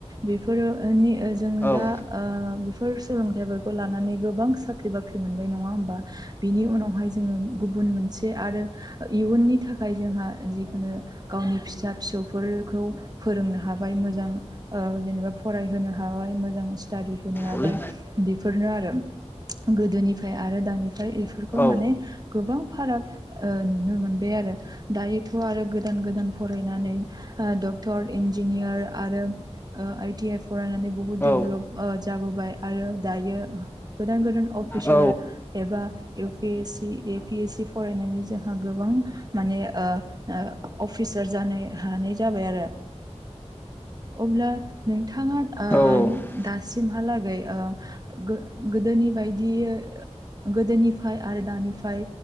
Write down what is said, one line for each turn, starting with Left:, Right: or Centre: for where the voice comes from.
Right: बेफोरनि जों
Left: औ
Right: दा ओ फोर सोलोंथाइफोरखौ लानानै गोबां साख्रि बाख्रि मोनबाय नङा होमबा बिनि उनावहाय जोङो गुबुन मोनसे आरो इयुननि थाखाय जोंहा जिखुनु गावनि फिसा फिसौफोरखौ फोरोंनो हाबाय मोजां ओ जेनेबा फरायहोनो हाबाय मोजां स्टादि होनो हाबाय
Left: औलै
Right: बेफोरनो आरो गोदोनिफ्राय आरो दानिफ्राय बेफोरखौ
Left: औ
Right: माने गोबां फाराग ओ नुनो मोनबाय आरो दायोथ' आरो गोदान गोदान फरायनानै ओ डक्टर इन इन्जिनियार आरो ओ आइटि आइ फरायनानै बुहुत
Left: औ
Right: देभलप जाबोबाय आरो दायो <unintelligible> गोदान गोदान अफिसार
Left: औ
Right: एबा इउपिएसि एपिएसि फराय नायनि जोंहा गोबां माने ओ ओ अफिसार जानो हानाय जाबाय आरो <inaudible> अब्ला नोंथाङा ओ
Left: औ
Right: दासिमहालागै गो गोदोनि बायदि गोदोनिफाय आरो दानिफाय